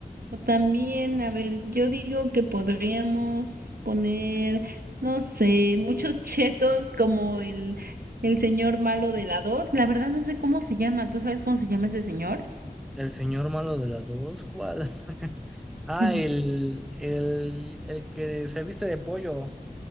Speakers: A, on the right; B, in the centre.
A: o también, a ver, yo digo que podríamos poner, no sé, muchos chetos como el el señor malo de la dos La verdad no sé cómo se llama, ¿tú sabes cómo se llama ese señor?
B: El señor malo de las dos, ¿cuál? <laughs> Ah,
A: <laughs>
B: el, el, el que se viste de pollo.